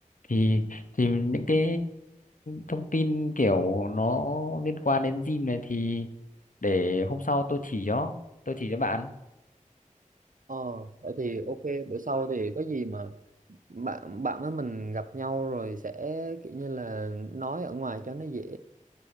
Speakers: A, on the left; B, on the right.
A: thì thì những cái thông tin kiểu nó liên quan đến gym này thì để hôm sau tôi chỉ cho tôi chỉ cho bạn
B: Ờ, vậy thì ok bữa sau thì có gì mà bạn bạn với mình gặp nhau rồi sẽ kiểu như là nói ở ngoài cho nó dễ